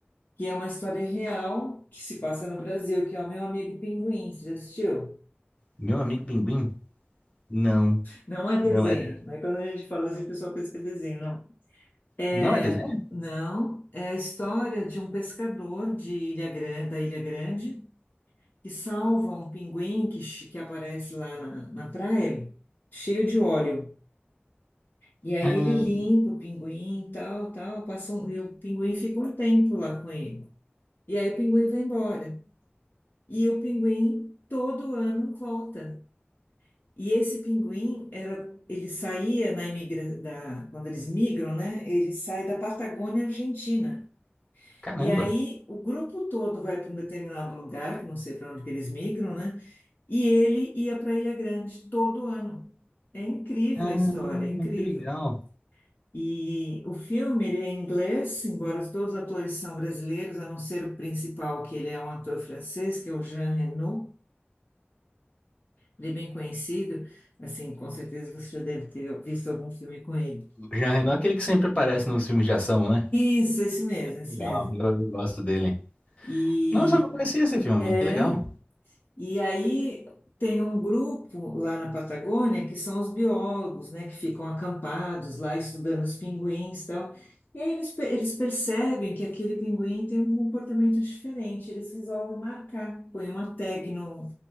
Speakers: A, on the left; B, on the left.
A: que é uma história real que se passa no Brasil, que é o meu amigo Pinguim. Você já assistiu?
B: Meu amigo Pinguim? Não,
A: Não é desenho,
B: não é, de-
A: né? Quando a gente fala assim, o pessoal pensa que é desenho. Não. É,
B: não é desenho?
A: não, é a história de um pescador de Ilha Grande, da Ilha Grande que salva um pinguim que, che- que aparece lá na, na praia, cheio de óleo. E aí
B: Ah,
A: ele limpa o pinguim, tal, tal, passa um, e o pinguim fica um tempo lá com ele. E aí o pinguim vai embora. E o pinguim todo ano volta. E esse pinguim era, ele saía na imigra, da, quando eles migram, né? Ele sai da Patagônia Argentina.
B: caramba.
A: E aí o grupo todo vai para um determinado lugar, que não sei para onde que eles migram, né? E ele ia para Ilha Grande todo ano. É incrível
B: Ah,
A: a história, é incrível.
B: que legal.
A: E o filme, ele é em inglês, embora todos os atores são brasileiros, a não ser o principal, que ele é um ator francês, que é o Jean Reno. Ele é bem conhecido, assim, com certeza você já deve ter visto algum filme com ele.
B: O Jean Reno é aquele que sempre aparece nos filmes de ação, né?
A: Isso, esse mesmo, esse
B: Legal,
A: mesmo.
B: eu, eu gosto dele.
A: E
B: Nossa, eu não conhecia esse filme.
A: é
B: Que legal,
A: E aí tem um grupo lá na Patagônia que são os biólogos, né, que ficam acampados lá estudando os pinguins e tal. E aí eles, pe- eles percebem que aquele pinguim tem um comportamento diferente, eles resolvem marcar, põem uma tag no,